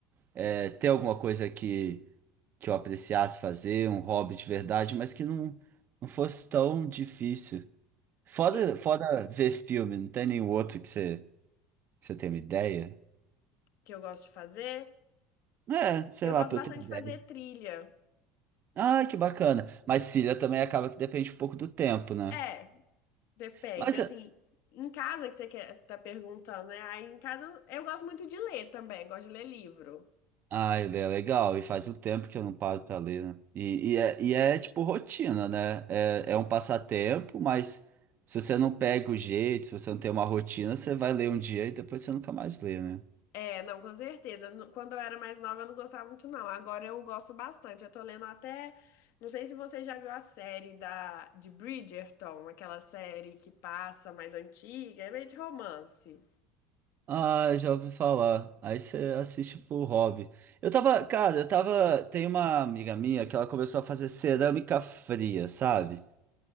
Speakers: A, on the right; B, on the left.
A: É, ter alguma coisa que, que eu apreciasse fazer, um hobby de verdade, mas que não, não fosse tão difícil. Fora,
B: Sim,
A: fora ver filme, não tem nenhum outro que você, que você tenha uma ideia?
B: que eu gosto de fazer.
A: É, sei
B: Eu
A: lá,
B: gosto
A: pra
B: bastante
A: eu ter ideia.
B: de fazer trilha.
A: Ah, que bacana. Mas Cília também acaba que depende um pouco do tempo, né?
B: É. Depende,
A: Mas
B: assim, em casa que você quer, tá perguntando, né? Aí em casa eu gosto muito de ler também, gosto de ler livro.
A: Ah, ele é legal, e faz o tempo que eu não paro pra ler, né? E, e é, e é, tipo rotina, né? É, é um passatempo, mas se você não pega o jeito, se você não tem uma rotina, você vai ler um dia e depois você nunca mais lê, né?
B: É, não, com certeza. No- Quando eu era mais nova eu não gostava muito, não. Agora eu gosto bastante. Eu tô lendo até. Não sei se você já viu a série da... de Bridgerton, aquela série que passa mais antiga, é meio de romance.
A: Ah, já ouvi falar. Aí você assiste por hobby. Eu tava, cara, eu tava. Tem uma amiga minha que ela começou a fazer cerâmica fria, sabe?